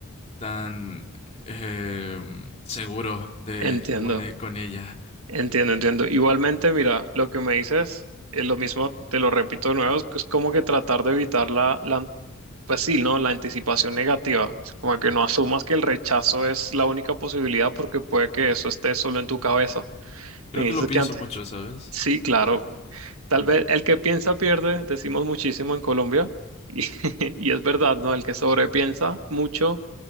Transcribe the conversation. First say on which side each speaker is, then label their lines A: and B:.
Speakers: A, on the left; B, on the right.
A: tan eh, seguro de,
B: Entiendo.
A: con, e- con ella.
B: Entiendo, entiendo. Igualmente, mira, lo que me dices es lo mismo, te lo repito de nuevo, es que es como que tratar de evitar la, la, an- pues sí, ¿no? La anticipación negativa. Es como que no asumas que el rechazo es la única posibilidad porque puede que eso esté solo en tu cabeza.
A: Creo
B: Me dices
A: que lo pienso
B: que antes.
A: mucho, ¿sabes?
B: Sí, claro.
A: También.
B: Tal vez el que piensa pierde, decimos muchísimo en Colombia. Y, <laughs> y es verdad, ¿no? El que sobrepiensa mucho